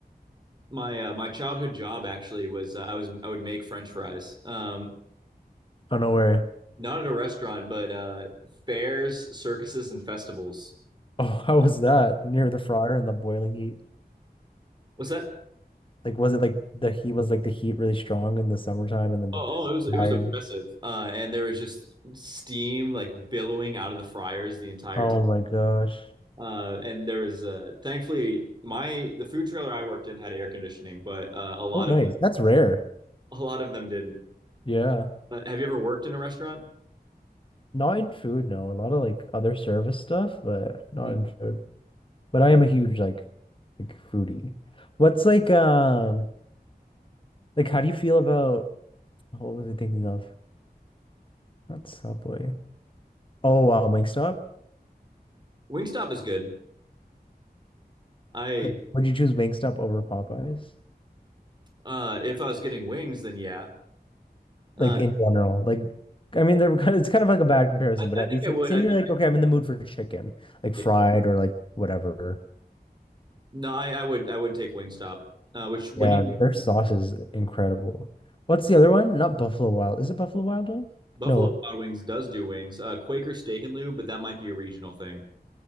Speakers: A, on the right; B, on the left.
A: my uh, my childhood job actually was uh, I was I would make French fries. Um,
B: I don't know where. <laughs>
A: Not at a restaurant, but uh, fairs, circuses, and festivals.
B: Oh,
A: Um,
B: how was that? Near the fryer and the boiling heat.
A: what's that?
B: Like was it like the heat was like the heat really strong in the summertime and then the
A: Oh, oh, it was it
B: fryer?
A: was oppressive, uh, and there was just steam like billowing out of the fryers the entire
B: Oh
A: time.
B: my gosh.
A: Uh, and there was uh, thankfully my the food trailer I worked in had air conditioning, but uh, a lot
B: Oh, nice.
A: of
B: That's rare.
A: a lot of them didn't.
B: Yeah.
A: Uh, have you ever worked in a restaurant?
B: Not in food, no. A lot of like other service stuff, but not
A: Mm.
B: in food. But I am a huge like like foodie. What's like um like how do you feel about what was I thinking of? Not Subway. Oh wow, Wingstop?
A: Wingstop is good. I
B: Like would you choose Wingstop over Popeyes?
A: uh, if I was getting wings, then yeah. Uh,
B: Like in general. Like I mean they're <laughs> kind of it's kind of like a bad comparison,
A: I,
B: but
A: I
B: at
A: think
B: least
A: I would.
B: like say
A: I think
B: you're like, okay, I'm in the mood for chicken, like
A: yeah.
B: fried or like whatever.
A: No, I, I would. I would take Wingstop. Uh, which when
B: Yeah,
A: you
B: their sauce is incredible. What's the other one? Not Buffalo Wild. Is it Buffalo Wild Wing?
A: Buffalo
B: No,
A: Wild Wings does do wings. Uh, Quaker Steak and Lube, but that might be a regional thing.